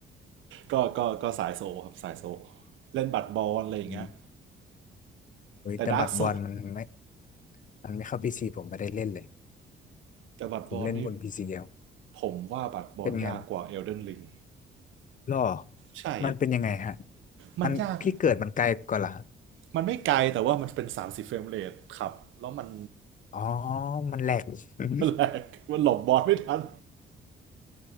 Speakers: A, on the right; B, on the left.
A: ก็ก็ก็สายโซครับสายโซเล่นบัตรบอลอะไรอย่างเงี้ย
B: อืมโอ้ยแต่บัตรบอลมันไม่
A: แต่ดาร์กโซ
B: มันไม่เข้าพีซีผมไม่ได้เล่นเลย
A: แต่บัตรบอลนี่
B: ผมเล่นบนพีซีเดียว
A: ผมว่าบัตรบอลยากกว่าเอลเดนลิง
B: เป็นไง หรอ
A: ใช่
B: มันเป็นยังไงฮะ
A: มันยาก
B: มันพี่เกิดมันไกลกว่าล่ะ
A: มันไม่ไกลแต่ว่ามันเป็น30เฟรมเรทครับแล้วมัน
B: อ๋อ มันแหลก <laughs>
A: แหลกมันหลบบอสไม่ทัน